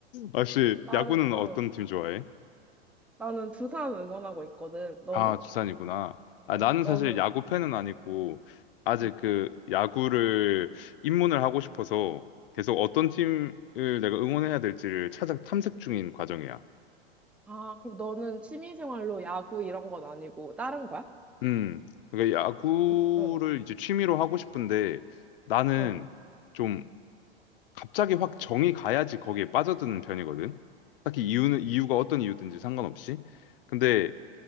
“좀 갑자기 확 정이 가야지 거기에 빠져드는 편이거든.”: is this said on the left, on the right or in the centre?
Left